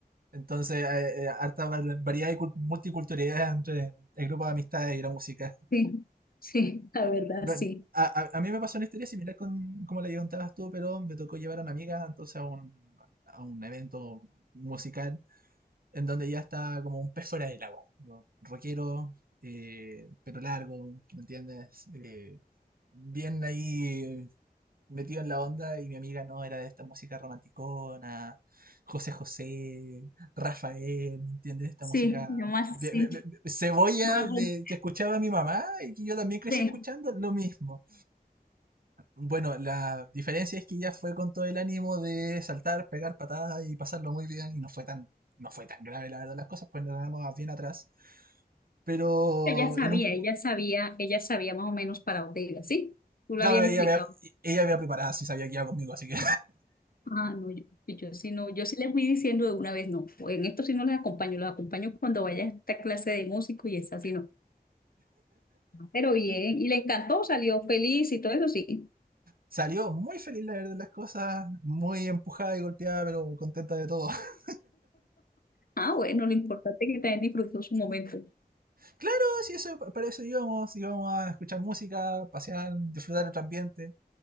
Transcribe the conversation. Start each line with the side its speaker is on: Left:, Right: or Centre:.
Right: Entonces, eh, eh, harta va- variedad y cul- multiculturalidad entre el grupo de amistades y la música.
Left: Sí, sí, <laughs> la verdad,
Right: Bueno,
Left: sí.
Right: a, a- a mí me pasó una historia similar con como la que contabas tú, pero me tocó llevar a una amiga entonces a un, a un evento musical en donde ya está como un pez fuera del agua. Yo, rockero, eh, pelo largo, ¿me entiendes? Eh, bien ahí metido en la onda y mi amiga no era de esta música romanticona, José José, Rafael, ¿me entiendes? Esta
Left: sí,
Right: música
Left: nomás
Right: de-
Left: sí,
Right: de- de- de- cebolla
Left: más
Right: de,
Left: apunté.
Right: que escuchaba mi mamá y que yo también crecí
Left: Pero
Right: escuchando lo mismo. Bueno, la diferencia es que ella fue con todo el ánimo de saltar, pegar patadas y pasarlo muy bien y no fue tan, no fue tan grave la verdad las cosas, pues nos quedamos bien atrás. Pero
Left: ella sabía,
Right: en un...
Left: ella
Right: pu-
Left: sabía, ella sabía más o menos para dónde iba, ¿sí? Tú
Right: no,
Left: lo habías
Right: ella,
Left: explicado.
Right: me- ella me había preparado, sí sabía que iba conmigo, así que
Left: Ah, no, yo, yo sí no, yo sí les fui diciendo de una vez, no, en esto sí no les acompaño, los acompaño cuando vaya a esta clase de músico y esa sí no. Pero bien, y le encantó, salió feliz y todo eso sí.
Right: Salió muy feliz, la verdad, de las cosas, muy empujada y golpeada, pero contenta de todo. <laughs>
Left: Ah, bueno, lo importante es que también disfrutó su momento.
Right: Claro, sí, eso, para eso íbamos, íbamos a escuchar música, pasear, disfrutar otro ambiente.